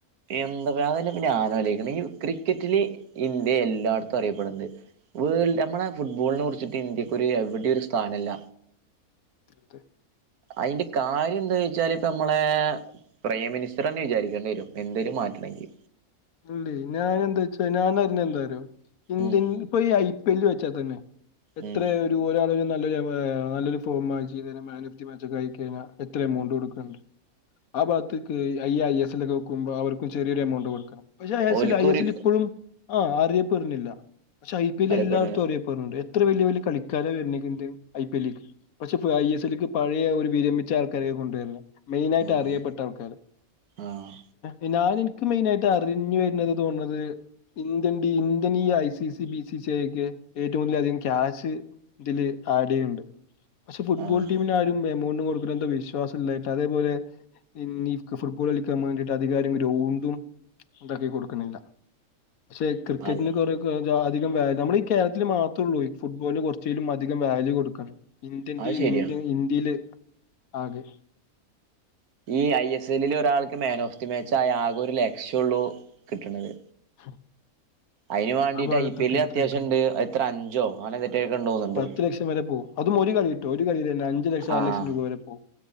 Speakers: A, on the right; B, on the left.
A: എന്താ പറയാം അ തന്നെ പിന്നെ ആലോചിക്കുന്നത് ഈ ക്രിക്കറ്റില് ഇന്ത്യ എല്ലായിടത്തും അറിയപ്പെടുണ്ട് വേൾഡ് നമ്മളെ ഫുട്ബോള്ന് കുറിച്ചിട്ട് ഇന്ത്യക്ക് ഒരു എവിടെയും ഒരു സ്ഥാനല്ല
B: അതെ
A: അയിന്റെ കാര്യം എന്താ വെച്ചാല് ഇപ്പ നമ്മളെ പ്രൈം മിനിസ്റ്റർ ന്നെ വിചാരിക്കേണ്ടി വരും. എന്തേലും മാറ്റണങ്കി
B: അല്ലേ ഞാൻ എന്താ വച്ചാ ഞാൻ അറിഞ്ഞ എന്താ റിയോ ഇന്ത്യൻ
A: ഉം
B: ഇപ്പൊ ഈ ഐ പി എല്ല് വെച്ചാ തന്നെ എത്രയ
A: ഉം
B: ഒരു ഒരാള നല്ലൊരു നല്ലൊരു ഫോം വാങ്ങി ചെയ്തെ മാനിഫ്റ്റി മാച്ചെക്കെയി കഴിഞ്ഞാൽ എത്ര എമൗണ്ട് കൊടുക്കണ്ട്. ആ ബാത്ത്ക്ക് അയ്യ ഐ എസ്ൽ വെക്കുമ്പോ അവർക്കും ചെ റിയൊരു എമൗണ്ടക്കെ കൊടുക്കണം പക്ഷെ ഐ എസ്ൽ
A: ഓൽക്കൊരു
B: ഐ എസ് എൽ ഇപ്പോഴും ആ അറിയപ്പരുന്നില്ല പക്ഷെ ഐ പി എൽ
A: അറിയപ്പെട
B: എല്ലാടത്തും അറിയപ്പെടുന്നുണ്ട് എത്ര വലിയ വലിയ കളിക്കാര വരുന്ന്ക്ക്ണ്ട് ഐ പി എല്ല്ക്ക് പക്ഷെ ഐ എസ് എല്ലക്ക് പഴയ ഒരു വിരമിച്ച ആൾക്കാരെയക്ക കൊണ്ടുവരുന്നേ മെയിന് ആയിട്ട്
A: ആഹ്
B: അറിയപ്പെട്ട ആൾക്കാര്
A: ആഹ്
B: ഏ ഞാൻ എനിക്ക് മെയിൻ ആയിട്ട് അറിഞ്ഞു വരുന്നത് തോണത് ഇന്ത്യ ഇന്ത്യൻ ഈ I C C B C C ആ ഒക്കെ ഏറ്റവും കൂടുതൽ അധികം ക്യാഷ് ഇതില് ആഡെയ്യണ്ട് പക്ഷെ ഫുട്ബോൾ
A: ആഹ്
B: ടീമിന് ആരും എമൗണ്ട് കൊടുക്കുല എന്ത വിശ്വാസം ഇല്ലായിട്ട് അതേപോലെ ഇന്ന് ഫുട്ബോൾ കളിക്കാൻ വേണ്ടിയിട്ട് <unintelligible> ഇതാക്കി കൊടുക്ക്ണില്ല. ശെ ക്രിക്കറ്റ്ന്
A: അതെ
B: കൊറെക്കെ അധികം വാല് നമ്മളെ ഈ കേരളത്തില് മാത്രേള്ളൂ ഫുട്ബോളിന് കൊർച്ചേലും അധികം വാല്യൂ കൊടുക്ക്ണ ഇന്ത്യൻ
A: അത്
B: ടീ
A: ശരിയാ
B: ഇന്ത്യൻ ഇന്ത്യയില് ആകെ
A: ഈ ഐ എസ് എല്ലിൽ ഒരാൾക്ക് മാൻ ഓഫ് ദി മാച്ച് ആയാൽ ആകെ ഒരു ലക്ഷ്യള്ളൂ കിട്ടണത്
B: <inaudible>
A: അയിന് വാണ്ടിട്ട്
B: ആ ഭാഗത്തൊക്കെ
A: ഐ പി എല്ല
B: എത്ര
A: അത്യാവശ്യംണ്ട്
B: കിട്ടണം
A: എത്ര അഞ്ചോ അങ്ങനെ തെറ്റകൊണ്ട് തോന്നുണ്ട്
B: പത്ത് ലക്ഷം വരെ പോകും അതും ഒരു കളിട്ടോ ഒരു കളിലെന്നെ അഞ്ചു ലക്ഷം
A: ആഹ്
B: ആറ് ലക്ഷം രൂപ വരെ പോവും.